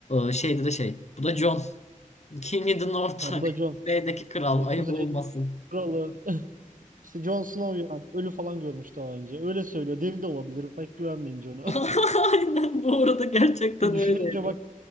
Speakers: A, on the left; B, on the right.
A: E, şeyde de şey, bu da Jon. King of the North
B: Ha
A: <laughs> hani.
B: bu da John.
A: Kuzeydeki kral
B: Hani
A: ayıp
B: Kuzey
A: olmasın.
B: kralı. <laughs> İşte Jon Snow yani. Ölü falan görmüş daha önce. Öyle söylüyor. Deli de olabilir. Pek güvenmeyin Jon'a.
A: <laughs> Aynen bu arada gerçekten
B: <laughs> Düşününce
A: öyleydi.
B: bak